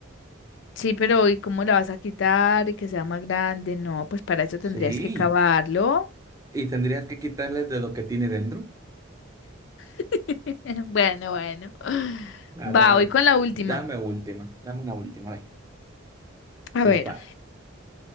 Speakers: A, on the left; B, on the right.
A: Sí, pero ¿y cómo la vas a quitar y que sea más grande? No, pues para eso tendrías
B: Sí,
A: que cavarlo.
B: y tendrías que quitarles de lo que tiene dentro.
A: <laughs> Bueno, bueno.
B: Claro,
A: Va,
B: a
A: voy
B: ver,
A: con la última.
B: dame última, dame una última, ven,
A: A
B: dispara.
A: ver.